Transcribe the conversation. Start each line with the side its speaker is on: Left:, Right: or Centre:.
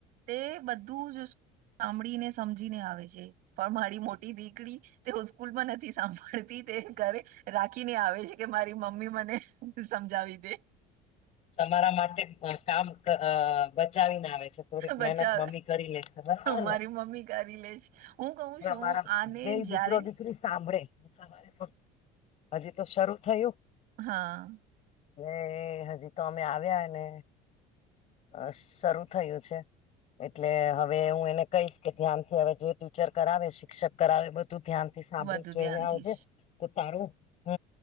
Right: તે બધું જ સાંભળીને સમજીને આવે છે પણ મારી મોટી દીકરી તેઓ સ્કૂલ માં નથી સાંભળતી તે ઘરે રાખીને આવે છે કે મારી મમ્મી મને સમજાવી દે
Left: તમારા માટે કામ બચાવીને આવે છે થોડીક
Right: બચ્ચા
Left: મહેનત મમ્મી કરી લેશેર
Right: મારી
Left: ને
Right: મમ્મી કરી લેશ હું કઉ
Left: હવે
Right: છું
Left: અમારા
Right: આને
Left: બે
Right: જયારે
Left: દીકરો સાંભળે હ સવારેક હજી તો શરૂ થયું
Right: હા
Left: એ હજી તો અમે આવ્યા ને અ શરૂ થયું છે એટલે હવે હું એને કહીશ કે ધ્યાન થી હવે જે <unintelligible> કરાવે શિક્ષક કરાવે બધું ધ્યાન થી સાંભળી
Right: વધુ
Left: જોઈ
Right: ધ્યાનથી
Left: ને આવજે તો તારું હ